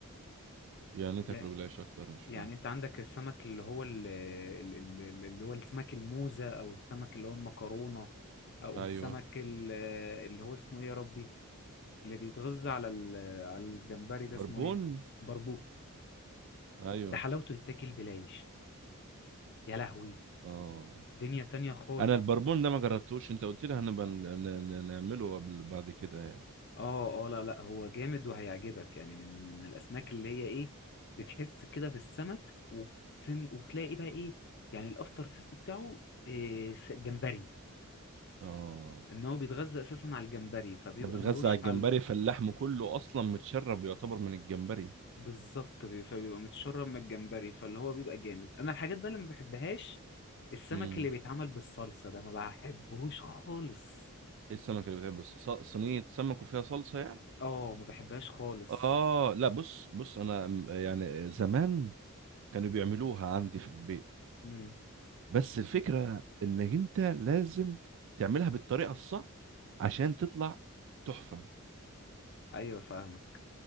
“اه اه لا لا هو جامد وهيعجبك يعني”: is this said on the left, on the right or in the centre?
Left